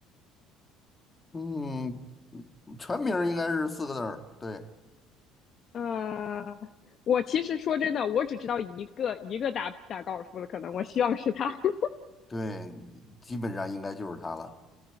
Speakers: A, on the left; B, on the left.
A: 嗯，全名儿应该是四个字儿，对
B: 呃，我其实说真的，我只知道一个一个打打高尔夫的，可能我希望是他。<laughs>
A: 对，基本上应该就是他了。